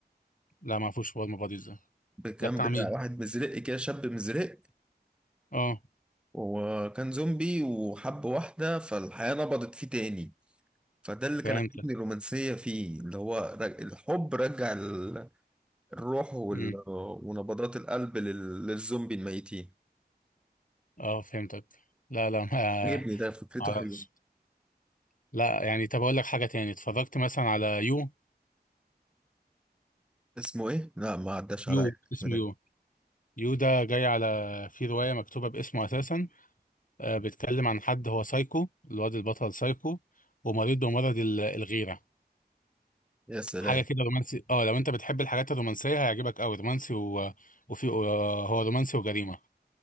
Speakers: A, on the left (about 50°); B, in the centre.
A: لا ما اعرفوش هو المبادئ ده
B: كان
A: ده بتاع
B: بتاع
A: مين
B: واحد مزرق كده شاب مزرق
A: اه
B: وكان زومبي وحب واحدة فالحياة نبضت فيه تاني فده اللي كان
A: فهمتك
B: عاجبني الرومانسية فيه اللي هو رج... الحب رجع ال- الروح وال...
A: امم
B: ونبضات القلب لل... للزومبي الميتين
A: اه فهمتك لا لا ما
B: عجبني
A: ما
B: ده فكرته
A: اعرفش
B: حلوة
A: لا يعني طب اقول لك حاجه تاني اتفرجت مثلا على يو
B: اسمه ايه؟ لا ما عداش
A: يو
B: عليا الاسم
A: اسمه يو
B: ده
A: يو ده جاي على في رواية مكتوبة باسمه أساسا آه، بيتكلم عن حد هو سايكو الواد البطل سايكو ومريض بمرض ال- الغيرة
B: يا سلام
A: حاجة كده رومانسي اه لو انت بتحب الحاجات الرومانسية هيعجبك أوي رومانسي و... وفي آه، هو رومانسي وجريمة